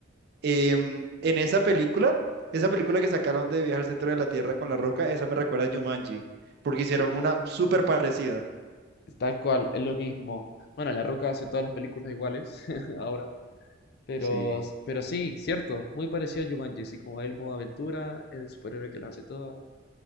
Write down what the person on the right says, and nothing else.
em, en esa película, esa película que sacaron de Viaje al Centro de la Tierra con La Roca, esa me recuerda a Jumanji, porque hicieron
una súper parecida.
Sí.